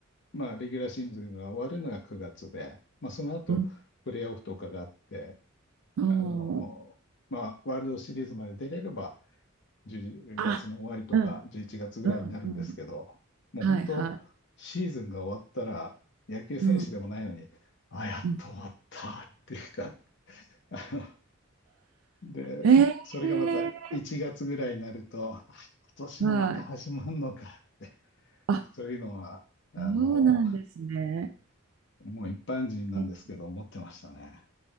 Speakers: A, on the left; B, on the right.
A: まあ、レギュラーシーズンが終わるのが9月で、まあ、その後、
B: うん、
A: プレーオフとかがあって、
B: お
A: あの、
B: ー
A: まあ、ワールドシリーズまで出れれば、10月の終わりとか11月ぐらいになるんですけど、
B: あ、うん、うん、うん、
A: もう本当、
B: はい、は
A: シーズンが終わったら、野球選手でもないのに、
B: い、うん、
A: あ、やっと終わったっていうか、
B: うん。
A: <laughs> あので、
B: ええ
A: それがまた1月ぐらいになると、あ今年もまた始まるのか、
B: はい。あ、
A: そういうのは、あの、
B: そうなんですね。
A: もう一般人なんですけど、
B: え
A: 思ってましたね。